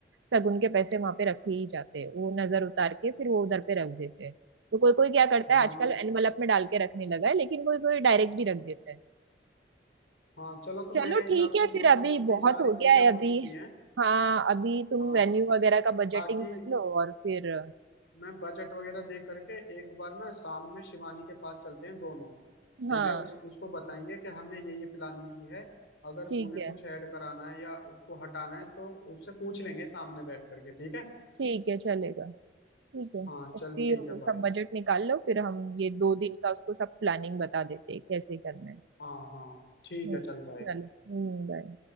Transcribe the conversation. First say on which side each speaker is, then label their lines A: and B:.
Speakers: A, on the right (about 90°); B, on the left (about 80°).
A: शगुन के पैसे वहां पे रखे ही जाते हैं वो नजर उतार के फिर वो उधर पे रख देते हैं तो कोई कोई क्या करता है
B: हाँ
A: आजकल
B: मैं
A: एनवलप में डाल के रखने लगा है लेकिन कोई कोई डायरेक्ट भी रख देता है
B: हाँ चलो तो
A: चलो
B: मेरे हिसाब
A: ठीक
B: से
A: है
B: मोटा
A: फिर अभी
B: मोटी
A: बहुत
B: सारी
A: हो
B: चीजें
A: गया है
B: हो
A: अभी
B: चुकी हैं
A: हाँ अभी तुम
B: हाँ
A: वेन्यू वगैरह का बजटिंग
B: बाकी
A: कर लो और फिर
B: मैं बजट वगैरह दे करके एक बार ना शाम में शिवानी के पास चलते हैं दोनों ठीक
A: हाँ
B: है उस उसको बताएंगे कि हमने ये ये प्लानिंग की है अगर
A: ठीक
B: तूने
A: है
B: कुछ ऐड कराना है या उसको हटाना है तो उससे पूछ लेंगे सामने बैठ करके ठीक है
A: ठीक है चलेगा ठीक है
B: हाँ
A: तो
B: चल
A: फिर
B: ठीक है
A: सब
B: भाई
A: बजट निकाल लो फिर हम ये दो दिन का उसको सब प्लानिंग बता देते हैं कैसे करना है
B: हाँ हाँ ठीक
A: हम्म,
B: है चल भाई
A: चलो हम्म बाय